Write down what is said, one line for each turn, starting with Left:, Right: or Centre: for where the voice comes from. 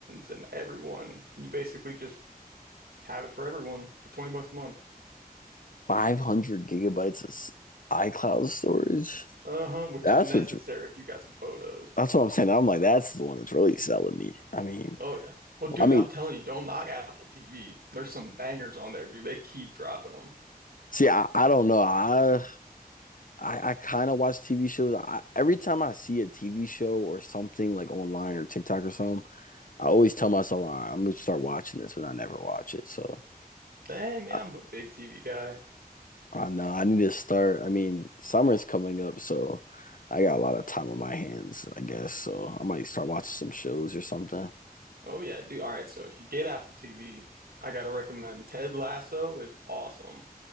Right: and everyone. And you basically just have it for everyone for 20 bucks a month.
Left: 500 gigabytes of s- iCloud storage.
Right: Uh-huh, which
Left: That's
Right: is necessary
Left: what's
Right: if you got some photos.
Left: That's what I'm saying. I'm like, that's the one that's really selling me. I mean,
Right: Oh yeah. Well, dude,
Left: I mean,
Right: I'm telling you, don't knock Apple TV. There's some bangers on there, dude. They keep dropping them.
Left: see, I, I don't know. I I, I kind of watch TV shows. I, every time I see a TV show or something like online or TikTok or something, I always tell myself, "All right, I'm gonna start watching this, but I never watch it. So
Right: Dang, man,
Left: I,
Right: I'm a big TV guy.
Left: I know I need to start. I mean, summer's coming up, so I got a lot of time on my hands, I guess. So I might start watching some shows or something.
Right: Oh yeah, dude. All right, so if you get Apple TV, I gotta recommend Ted Lasso is awesome.